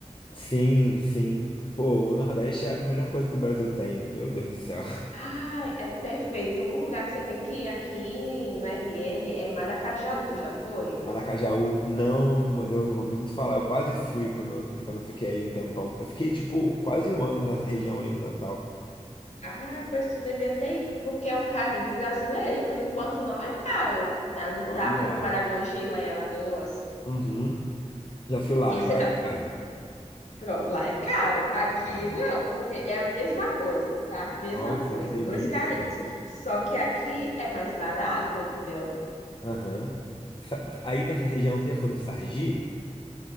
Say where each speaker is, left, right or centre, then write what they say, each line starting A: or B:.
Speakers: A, on the left; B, on the left.
A: sim, sim. Pô, o Nordeste é a melhor coisa que o Brasil tem. Meu Deus do céu.
B: Ai, é perfeito. Um lugar que você tem que ir aqui no RN é Maracajaú, tu já foi?
A: Maracajaú, não, mas eu ouvi muito falar. Eu quase fui quando, quando eu fiquei aí um tempão. Eu fiquei, tipo, quase um ano na região aí no Natal.
B: Ah, pois tu devia ter ido, porque é o Caribe brasileiro e por enquanto não é caro, tá? Não
A: Olha,
B: tá como Maragogi lá em Alagoas,
A: uhum. Já fui lá
B: que
A: e
B: você
A: lá
B: já
A: tá caro,
B: pronto, lá é caro. Aqui
A: caro.
B: não, porque é a mesma coisa, tá? Mesma
A: Nossa,
B: coisa,
A: que delícia.
B: dois Caribes. Só que aqui é mais barato, entendeu?
A: Aham. Sa- Aí nessa região, você já foi no Sargi?